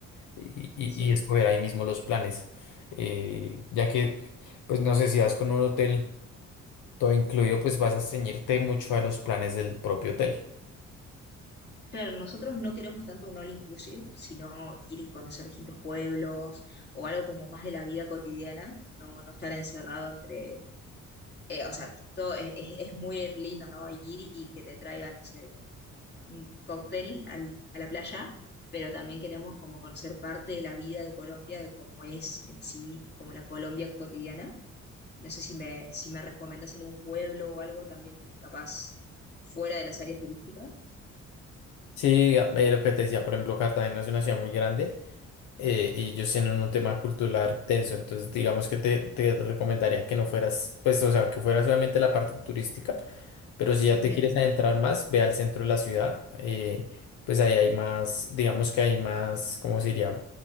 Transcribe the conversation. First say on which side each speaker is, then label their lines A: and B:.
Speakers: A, on the left; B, on the left.
A: y, y-
B: sí.
A: y escoger ahí mismo los planes. Eh, ya que, pues no sé, si vas con un hotel todo incluido, pues vas a ceñirte mucho a los planes del propio hotel.
B: Claro, nosotros no queremos tanto un all inclusive, sino ir y conocer distintos pueblos o algo como más de la vida cotidiana, no, no estar encerrado entre, eh, o sea, todo es, es, es muy lindo, ¿no? Ir y que te traigan, no sé, un cóctel al- a la playa, pero también queremos como conocer parte de la vida de Colombia, de cómo es en sí, como la Colombia cotidiana. No sé si me, si me recomendas algún pueblo o algo también capaz fuera de las áreas turísticas.
A: Sí, a- eh, lo que te decía, por ejemplo, Cartagena es una ciudad muy grande eh, y ellos tienen un tema cultural tenso, entonces digamos que te, te recomendaría que no fueras, pues, o sea, que fuera solamente la parte turística Pero si ya
B: Bien,
A: te quieres adentrar más, ve al centro de la ciudad, eh, pues ahí hay más, digamos que hay más, ¿cómo se diría?